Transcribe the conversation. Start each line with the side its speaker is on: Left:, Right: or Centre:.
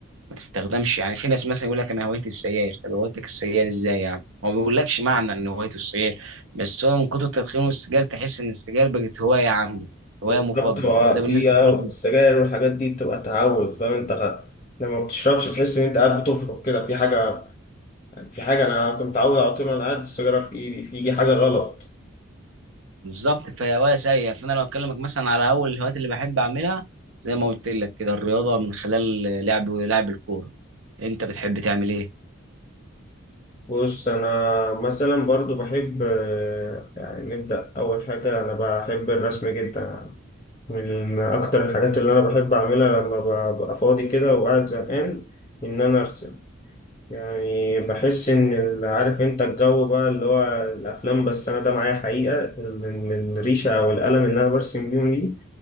Right: ما تستخدمش يعني في ناس مثلا يقول لك انا هوايتي السجاير طب هوايتك السجاير ازاي يعني هو ما بيقولكش معنى ان هوايته السجاير بس هو من كتر تدخينه السجاير تحس ان السجاير بقت هوايه عنده هوايه
Left: بالظبط
Right: مفضله
Left: هو
Right: وده
Left: في
Right: بالنسبه
Left: آه،
Right: لكل
Left: السجاير والحاجات دي بتبقى تعود فاهم انت خ- لما بتشربش تحس إن أنت قاعد بتفرك كده في حاجة في حاجة أنا كنت متعود على طول وأنا قاعد السيجارة في إيدي في حاجة غلط
Right: بالظبط فهي هوايه سيئه فانا لو اكلمك مثلا على اول الهوايات اللي بحب اعملها زي ما قلت لك كده الرياضه من خلال لعب لعب الكوره انت بتحب تعمل ايه
Left: بص أنا مثلا برضو بحب آه، يعني نبدأ أول حاجة أنا بحب الرسم جدا من أكتر الحاجات اللي أنا بحب أعملها لما ببقى فاضي كده وقاعد زهقان إن أنا أرسم يعني بحس إن ال- عارف أنت الجو بقى اللي هو الأفلام بس أنا ده معايا حقيقة ال- ال- الريشة أو القلم اللي أنا برسم بيهم دي